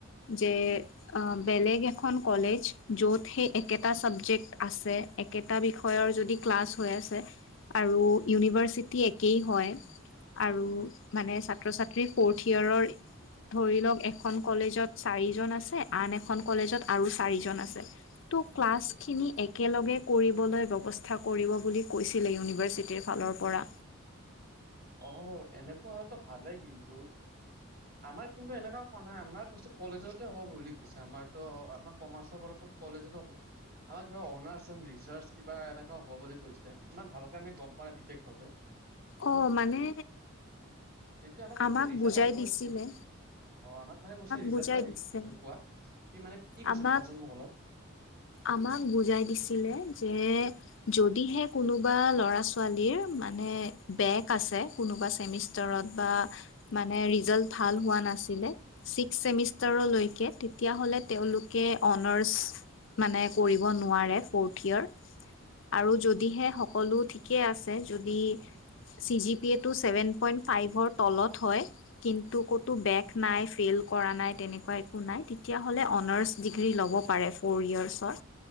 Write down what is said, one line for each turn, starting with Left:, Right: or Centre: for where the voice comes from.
Left: যে অ বেলেগ এখন কলেজ, য'ত সেই একেটা চাবজেক্ট আছে। একে বিষয়ৰ যদি ক্লাছ হৈ আছে, আৰু ইউনিভাৰ্চিটি একেই হয়। আৰু মানে ছাত্ৰ ছাত্ৰী ফৰ্থ ইয়েৰৰ, ধৰি লওঁক এখন কলেজত চাৰিজন আছে, আন এখন কলেজত আৰু চাৰিজন আছে, ত' ক্লাছ খিনি একেলগে কৰিবলৈ বৱস্থা কৰিব বুলি কৈছিলে, ইউনিভাৰ্চিটিৰ ফালৰ পৰা।
Right: অ এনেকুৱা হলে ভালেই কিন্তু। আমাৰ কিন্তু এনেকুৱাও কোৱা নাই আমাৰ কৈছে কলেজতে হ'ব বুলি কৈছে, আমাৰতো আমাৰ কমাৰ্চৰ পৰা কলেজত হব, আমাৰ কিবা অনাৰ্ছ এন ৰিচাৰ্জ কিবা এনে হ'ব বুলি কৈছে, ইমান ভালকে আমি গম পোৱা নাই বিশেষ ভাবে।
Left: অ মানে,
Right: সেইটোৱে কৈছে
Left: আমাক
Right: ৰিজাল্ট
Left: বুজাই
Right: আহিব
Left: দিছিলে।
Right: তেতিয়া অ আমাক মানে কৈছে ৰিজাল্টটো
Left: বুজাই
Right: আহি
Left: দিছে
Right: কোৱা কি মানে কি কৈছে
Left: আমাক
Right: কোৱাচোন মোক অলপ।
Left: আমাক বুজাই দিছিলে যে যদিহে কোনোবা ল'ৰা ছোৱালীৰ মানে বেক আছে কোনোবা চেমিষ্টাৰত বা মানে ৰিজাল্ট ভাল হোৱা না চিলে ছিক্স ছেমিষ্টাৰলৈকে তেতিয়াহলে তেওঁলোকে অনাৰ্ছ মানে কৰিব নোৱাৰে ফৰ্থ ইয়েৰ। আৰু যদিহে সকলো ঠিকেই আছে যদি চি জি পি এটো ছেভেন পইণ্ট ফাইভৰ তলত হয়। কিন্তু কটো বেক নাই ফেইল কৰা নাই তেনেকুৱা একো নাই তেতিয়াহলে অনাৰ্ছ ডিগ্ৰী ল ব পাৰে ফৌৰ ইয়াৰ্ছৰ।